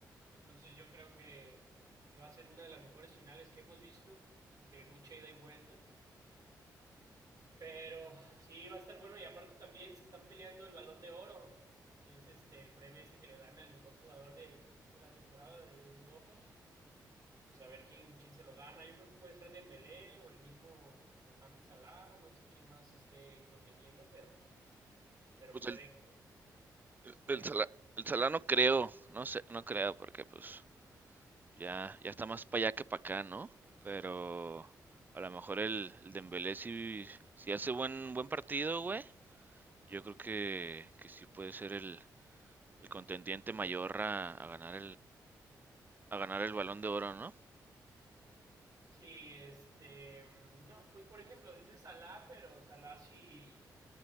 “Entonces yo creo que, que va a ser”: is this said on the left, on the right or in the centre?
Right